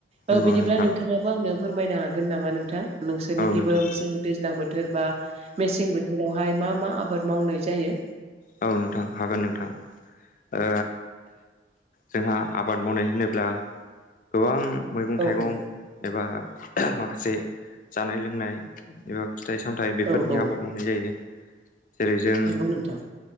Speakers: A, on the left; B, on the right.
A: नंगौ
B: औ बिदिब्ला
A: नोंथां
B: नोंथाङाबो आंनो फोरमायनो हागोन नामा नोंथां नोंसोरनिखिबो
A: औ नोंथां
B: जोङो दैज्लां बोथोर बा मेसें बोथोरावहाय मा मा आबाद मावनाय जायो
A: औ नोंथां हागोन नोंथां ओ जोंहा आबाद मावनाय होनोब्ला गोबां मैगं
B: औ
A: थाइगं
B: औ
A: एबा माखासे जानाय लोंनाय एबा फिथाइ सामथाइ बेफोरनि
B: औ औ
A: आबाद मावनाय जायो जेरै जों
B: नंगौ नोंथां